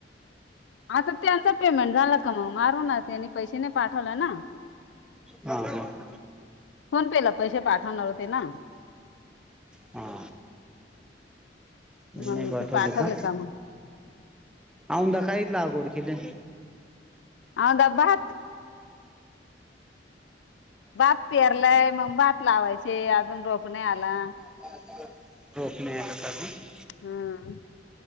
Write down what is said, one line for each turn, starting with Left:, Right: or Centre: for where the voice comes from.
Left: आता त्यांच पेमेंट झाला का मग? मारू ना. त्यांनी पैसे नाही पाठवला ना.
Centre: हा हा.
Left: फोन पे ला पैसे पाठवणार होते ना.
Centre: हा. नाही
Left: मग
Centre: पाठवले
Left: ते
Centre: का?
Left: मग
Centre: औदा काय लागवड केले?
Left: औंदा भात. भात पेरलाय, मग भात लावायचे, अजून रोप नाही आला.
Centre: रोप नाई का आलं अजून?
Left: हम्म.